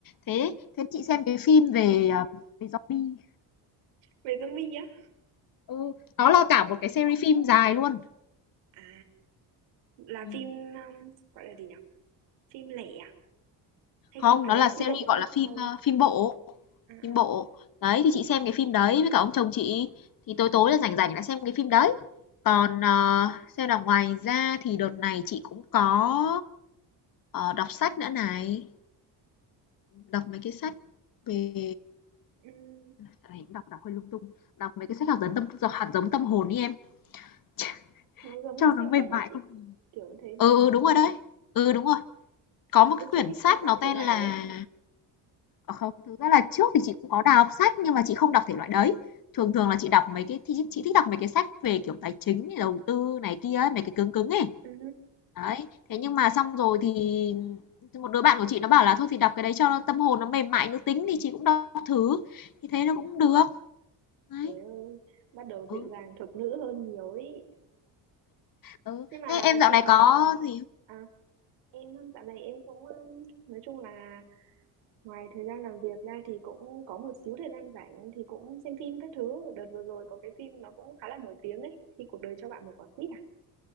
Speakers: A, on the left; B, on the right.
A: Thế thế chị xem
B: Ừm,
A: cái phim về, ờ, về zombie,
B: về zombie á?
A: ừ, nó là cả một cái series phim dài luôn.
B: À, là
A: Ừm.
B: phim um, gọi là gì nhỉ? Phim lẻ à? Hay
A: Không,
B: phim, à
A: nó
B: đấy
A: là
B: là
A: series,
B: phim bộ chứ
A: gọi
B: nhỉ?
A: là, phim,
B: Sorry.
A: ơ, phim bộ,
B: À à,
A: phim bộ. Đấy, thì chị xem cái phim đấy với cả ông chồng chị, thì tối tối là rảnh rảnh là xem cái phim đấy. Còn, ờ,
B: đó.
A: xem là ngoài ra thì đợt này chị cũng có, ờ, đọc sách nữa này, đọc mấy cái sách về
B: Ừm,
A: dạo này cũng đọc đọc hơi lung tung, đọc mấy cái sách hạt giống tâm d hạt giống tâm hồn đi em, <laughs>
B: nó giống
A: cho
B: như self-help
A: nó mềm mại
B: hả chị?
A: con
B: Kiểu như thế
A: ừ,
B: đúng không?
A: ừ, đúng rồi đấy. Ừ, đúng rồi. Có một
B: Đâu
A: cái quyển
B: chị thích
A: sách
B: đọc
A: nó tên
B: thể loại
A: là
B: đấy á hả?
A: À, không, thực ra là trước thì chị cũng có đà đọc sách nhưng mà chị không đọc thể loại đấy. Thường thường là chị đọc mấy cái thì chị thích đọc mấy cái sách về, kiểu, tài chính này, đầu tư này kia ấy, mấy cái cứng cứng ấy.
B: Ừ.
A: Đấy, thế nhưng mà xong rồi thì một đứa bạn của chị nó bảo là thôi thì đọc cái đấy cho tâm hồn nó mềm mại nữ tính thì chị cũng đọc thử, thì thế nó cũng được. Đấy,
B: Trời ơi, bắt đầu dịu
A: ừ,
B: dàng thục nữ hơn nhiều ấy.
A: ừ.
B: nhưng mà
A: Thế em dạo
B: chị
A: này
B: có
A: có gì không?
B: à, em dạo này em cũng um, nói chung là ngoài thời gian làm việc ra thì cũng có một xíu thời gian rảnh thì cũng xem phim các thứ đợt vừa rồi có cái phim nó cũng khá là nổi tiếng ấy khi cuộc đời cho bạn một quả quýt à